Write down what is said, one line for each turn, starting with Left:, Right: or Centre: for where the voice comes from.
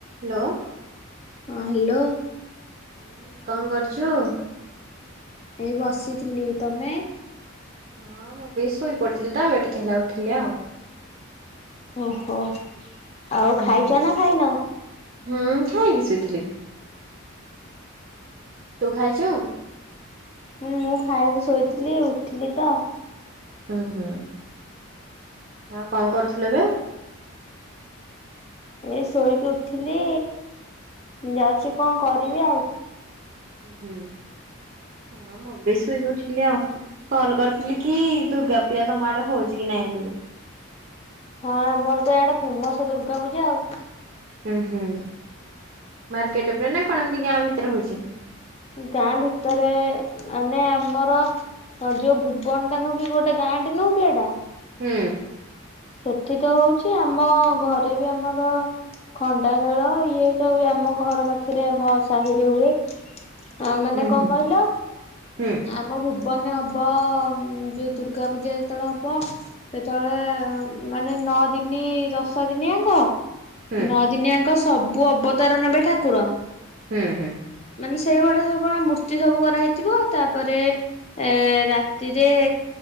Right: Hello.
Left: ହଁ hello.
Right: ହୁଁ କଣ କରୁଛୁ?
Left: ଏଇ ବସିଥିଲି ତମେ?
Right: ହଁ ମୁଁ ବି ଶୋଇ ପଡିଥିଲି ତ ଏବେ ଟିକେ ହେଲା ଉଠିଲି ଆଉ।
Left: ଓହୋ ଆଉ
Right: ହୁଁ।
Left: ଖାଇଛ ନା ଖାଇନ?
Right: ହୁଁ ଖାଇକି ଶୋଇଥିଲି, ତୁ ଖାଇଛୁ?
Left: ହଁ ମୁଁ ଖାଇକି ଶୋଇଥିଲି ଉଠିଲି ତ
Right: ହୁଁ ହୁଁ ଆଉ କଣ କରୁଥିଲୁ ଏବେ?
Left: ଏଇ ଶୋଇକି ଉଠିଲି ଯାଉଛି କଣ କରିବି ଆଉ।
Right: ହୁଁ, ହଁ ମୁଁ ବି ଶୋଇକି ଉଠିଲି ଆଉ। କଲ କରିଥିଲି କି ଦୁର୍ଗା ପୂଜା ତମ ଆଡେ ହଉଛି କି ନାଇଁ ବୋଲି।
Left: ହଁ ଆମର ତ ଆଡେ ଫେମସ ଦୁର୍ଗା ପୂଜା ଆଉ।
Right: ହୁଁ ହୁଁ ମାର୍କେଟ ଉପରେ ନା କଣ ଏମିତି ଗାଁ ଭିତରେ ହଉଛି।
Left: ଗାଁ ଭିତରେ ମାନେ ଆମର ହଉ ଯୋଉ ଭୁବନ ଟା ନୁଁ କି ଗୋଟେ ଗାଁଟେ ନଉଁ କି ଏଇଟା
Right: ହୁଁ।
Left: ସେଠି ତ ହଉଛି ଆମ ଘରେ ବି ଆମର ଖଣ୍ଡା ଖେଳ <unintelligible> ହୁଏ ଆମ ଘର ପାଖରେ ଆମ ସାହିରେ ହୁଏ। ଆ ମାନେ
Right: ହୁଁ
Left: କଣ
Right: ହୁଁ
Left: କହିଲ
Right: ହୁଁ
Left: ଆମ ଭୁ ଭୁବନରେ ହେବ ଯଉ ଦୁର୍ଗା ପୂଜା ଯେତେବେଳେ ହବ ସେତେବେଳେ ମାନେ ନଅ ଦିନି ଦଶ ଦିନିଆଙ୍କ
Right: ହୁଁ
Left: ନଅ ଦିନିଆଙ୍କ ସବୁ ଅବତାର ନେବେ ଠାକୁର।
Right: ହୁଁ ହୁଁ।
Left: ମାନେ ସେଇଭୁଡା ସବୁ କଣ ମୂର୍ତ୍ତି ସବୁ କରାହେଇଥିବ ତାପରେ ଏ ରାତିରେ